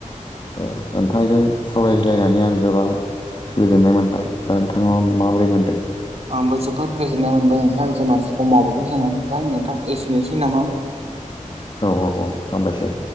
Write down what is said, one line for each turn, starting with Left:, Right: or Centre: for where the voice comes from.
Left: अ ओनथांजों सावरायज्लायनानै आं गोबां गोजोननाय मोनबाय दा नोंथाङा माबोरै मोनदों?
Right: आंबो जोबोद गोजोननाय मोनबाय नोंथां जोंना समावबोथ' जानानै फबाय नोंथां एसेनोसै नामा।
Left: औ औ औ हामबायसै।